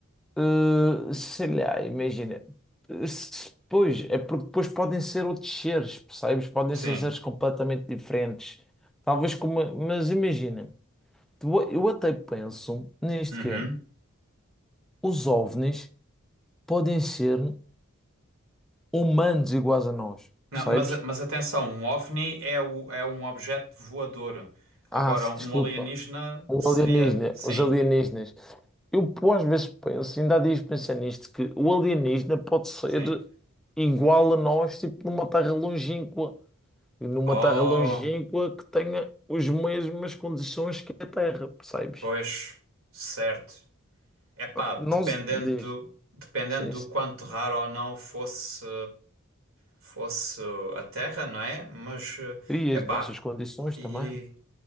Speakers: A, in the centre; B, on the right.
A: Eh, sei lá, imagina. eh, se- Pois, é porque depois podem ser outros seres, percebes? Podem
B: sim,
A: ser seres completamente diferentes. Talvez como. Mas imagina, tu- eu até penso nisto
B: uhum.
A: que é, os OVNIs podem ser humanos iguais a nós, percebes?
B: Não, mas, mas atenção, um OVNI é, o, é um objeto voador. Agora,
A: Ah, se-
B: um
A: desculpa.
B: alienígena
A: Um
B: seria.
A: alienígena,
B: Sim,
A: os alienígenas. Eu, pô, às vezes penso, ainda há dias pensei nisto, que o alienígena pode ser
B: sim.
A: igual a nós, tipo, numa terra longínqua. E numa
B: Oh,
A: terra longínqua que tenha as mesmas condições que a Terra, percebes?
B: pois, certo. Epá, dependendo
A: Não se diz,
B: do, dependendo
A: sim,
B: do
A: sim.
B: quanto raro ou não fosse, fosse a Terra, não é? Mas, eh,
A: E as
B: epá,
A: nossas condições
B: e.
A: também.